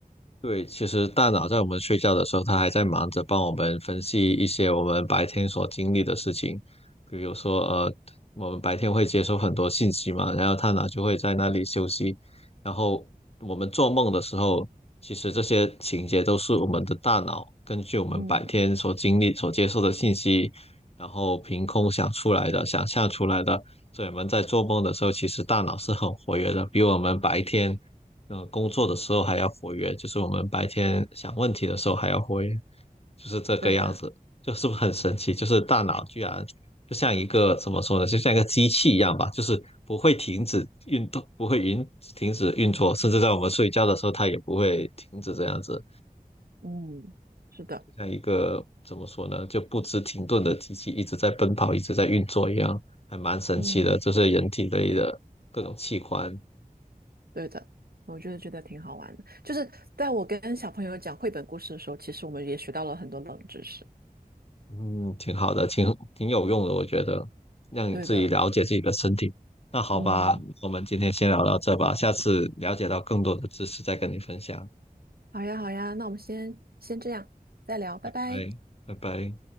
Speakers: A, on the left; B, on the right.
A: 对，其实大脑在我们睡觉的时候，它还在忙着帮我们分析一些我们白天所经历的事情，比如说，呃，我们白天会接收很多信息嘛，然后大脑就会在那里休息，然后我们做梦的时候，其实这些情节都是我们的大脑根据我们白天所经历、
B: 嗯
A: 所接受的信息，然后凭空想出来的、想象出来的，所以我们在做梦的时候，其实大脑是很活跃的，比我们白天。呃，工作的时候还要活跃，就是我们白天想问题的时候还要活跃，就是这个样子，
B: 对的，
A: 就是不是很神奇？就是大脑居然就像一个怎么说呢，就像一个机器一样吧，就是不会停止运动，不会运停止运作，甚至在我们睡觉的时候，它也不会停止这样子，
B: 嗯是的，
A: 像一个怎么说呢，就不知停顿的机器一直在奔跑，一直在运作一样，还蛮神奇的，
B: 嗯
A: 就是人体内的各种器官
B: 对的。我觉得觉得挺好玩的，就是在我跟小朋友讲绘本故事的时候，其实我们也学到了很多冷知识。
A: 嗯，挺好的，挺挺有用的，我觉得让你自己了解自己的身体。
B: 对的，
A: 那好吧，
B: 嗯，
A: 我们今天先聊到这吧，下次了解到更多的知识再跟你分享。
B: 好呀，好呀，那我们先先这样，再聊，拜拜。
A: 拜拜，拜拜。